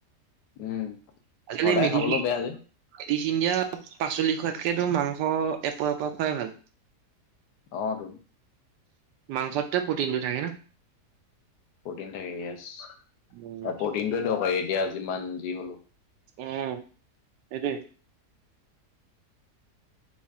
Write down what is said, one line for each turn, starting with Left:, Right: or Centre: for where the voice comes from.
Left: উম
Right: আজিকালি
Left: সদায়
Right: মেডীচিন
Left: খাবলৈও বেয়া যে
Right: দিয়া পাচলি খোৱাত তাকেইটো মাংস এক পোৱা এক পোৱা কোৱাই ভাল।
Left: অ'।
Right: মাংসত প্ৰটিন থাকে ন?
Left: প্ৰটিন থাকে য়েচ আৰু
Right: উম
Left: প্ৰটিনটোই দৰকাৰী এতিয়া যিমান যি হ'লেও।
Right: উম সেইটোৱেই।